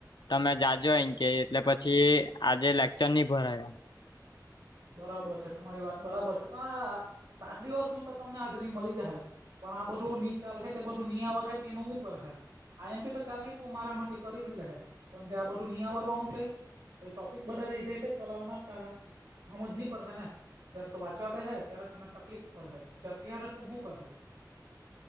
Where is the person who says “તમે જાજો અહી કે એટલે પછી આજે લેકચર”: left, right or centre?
Left